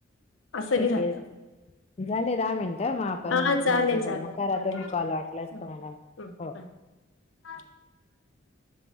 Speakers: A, on the left; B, on the left.
A: असं
B: ठीक
A: बी राहतं.
B: आहे. झाले दहा मिनटं मग आपण
A: हा चालेल
B: नंतर
A: चालेल
B: बोलू, करा
A: हा
B: तुम्ही
A: ठीक
B: कॉल वाटल्यास
A: आहे. हं,
B: तुम्हाला.
A: <unintelligible>
B: हो. <inaudible>